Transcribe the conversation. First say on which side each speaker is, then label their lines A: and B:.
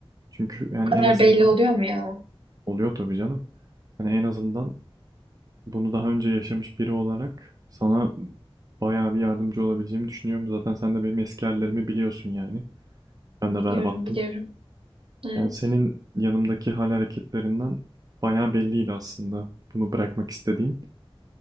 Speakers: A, on the right; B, on the right.
A: Çünkü yani
B: kadar
A: en azından
B: belli oluyor mu ya?
A: oluyor tabii canım. Hani en azından bunu daha önce yaşamış biri olarak sana bayağı bir yardımcı olabileceğimi düşünüyorum. Zaten sen de benim eski hallerimi biliyorsun yani. Ben de
B: Biliyorum,
A: berbattım.
B: biliyorum. Evet.
A: Yani senin yanımdaki hal hareketlerinden bayağı belliydi aslında bunu bırakmak istediğin.